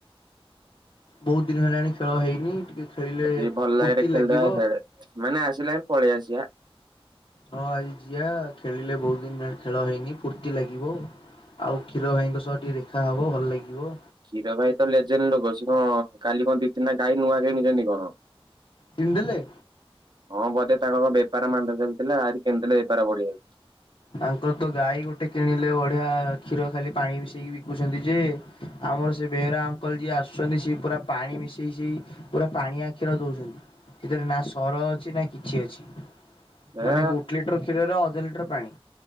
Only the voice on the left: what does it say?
ବହୁତ ଦିନ ହେଲାଣି ଖେଳ ହେଇନି ଟିକେ ଖେଳିଲେ
ଫୁର୍ତ୍ତି
ଲାଗିବ।
ହଁ ଆଜି ଯିବା ଖେଳିଲେ ବହୁତ ଦିନ ବଳେ ଖେଳ ହେଇନି ଫୁର୍ତ୍ତି ଲାଗିବ। ଆଉ କ୍ଷୀର ଭାଇଙ୍କ ସହ ଟିକେ ଦେଖାହବ ଭଲ ଲାଗିବ।
କିଣିଦେଲେ।
ତାଙ୍କର ତ ଗାଈ ଗୋଟେ କିଣିଲେ ବଢିଆ କ୍ଷୀର ଖାଲି ପାଣି ମିଶେଇକି ବିକୁଛନ୍ତି ଯେ ଆମର ସେ ବେହେରା ଅଙ୍କଲ ଯିଏ ଆସୁଛନ୍ତି ସିଏ ପୁରା ପାଣି ମିଶେଇ ସେଇ ପୁରା ପାଣି ଆ କ୍ଷୀର ଦଉଛନ୍ତି ସେଥିରେ ନା ସର ଅଛି ନା କିଛି ଅଛି।
ମାନେ ଗୋଟେ ଲିଟର କ୍ଷୀରରେ ଅଧ ଲିଟର ପାଣି